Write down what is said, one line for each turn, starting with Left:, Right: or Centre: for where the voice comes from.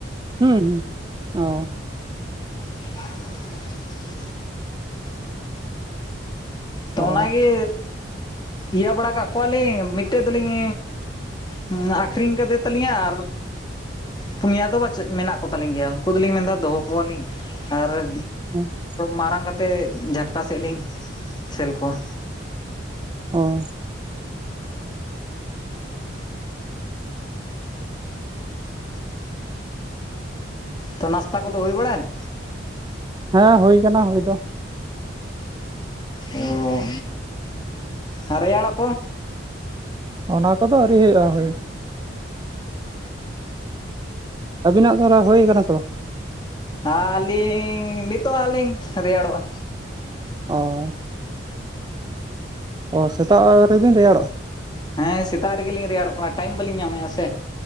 Right: ᱦᱩᱸ ᱦᱩᱸ ᱚ
Left: <inaudible> ᱛᱚ
Right: ᱚ
Left: ᱚᱱᱟᱜᱮ ᱤᱭᱟᱹ ᱵᱟᱲᱟ ᱠᱟᱜ ᱠᱚᱣᱟᱞᱤᱧ ᱢᱤᱫᱴᱟᱹᱝ ᱫᱚ ᱞᱤᱧ ᱦᱮᱸ ᱟᱠᱷᱨᱤᱧ ᱠᱟᱫᱮ ᱛᱟᱞᱤᱧᱟ ᱟᱨ ᱯᱩᱱᱭᱟ ᱫᱚ ᱵᱟᱪ ᱢᱮᱱᱟᱜ ᱠᱚᱛᱟᱞᱤᱧ ᱜᱮᱭᱟ ᱩᱱᱠᱩ ᱫᱚᱞᱤᱧ ᱢᱮᱱᱫᱟ ᱫᱚᱦᱚ ᱠᱚᱣᱟᱞᱤᱧ ᱟᱨ
Right: ᱵᱟᱝ ᱵᱩᱡᱷᱟᱹᱜ ᱠᱟᱱᱟ <unintelligible>
Left: ᱢᱟᱨᱟᱝ ᱠᱟᱛᱮᱫ ᱡᱷᱟᱴᱠᱟ ᱥᱮᱫ ᱞᱤᱧ ᱥᱮᱞ ᱠᱚᱣᱟ
Right: ᱚ
Left: ᱛᱚ ᱱᱟᱥᱛᱟ ᱠᱚᱫᱚ ᱦᱩᱭ ᱵᱟᱲᱟᱭᱮᱱᱟ
Right: ᱦᱮᱸ ᱦᱩᱭ ᱟᱠᱟᱱᱟ ᱦᱩᱭ ᱫᱚ
Left: ᱚ ᱟᱨ ᱨᱮᱭᱟᱲᱚᱜ ᱠᱚ
Right: ᱚᱱᱟ ᱠᱚᱫᱚ ᱟᱹᱣᱨᱤ ᱦᱩᱭᱩᱜᱼᱟ ᱦᱳᱭ ᱟᱵᱤᱱᱟᱜ ᱚᱱᱟ ᱦᱩᱭ ᱟᱠᱟᱱᱟ ᱥᱮ ᱵᱟᱝ
Left: ᱟᱹᱞᱤᱧ ᱱᱤᱛᱚᱜ ᱦᱟᱜ ᱞᱤᱧ ᱨᱮᱭᱟᱲᱚᱜᱼᱟ
Right: ᱚ ᱚ ᱥᱮᱛᱟᱜ ᱨᱮ ᱵᱤᱱ ᱨᱮᱭᱟᱲᱚᱜᱼᱟ
Left: ᱦᱮᱸ ᱥᱮᱛᱟᱜ ᱨᱮᱜᱮ ᱞᱤᱧ ᱨᱮᱭᱟᱲᱚᱜ ᱠᱟᱱᱟ ᱴᱟᱭᱤᱢ ᱵᱟᱹᱞᱤᱧ ᱧᱟᱢᱮᱫᱼᱟ ᱥᱮ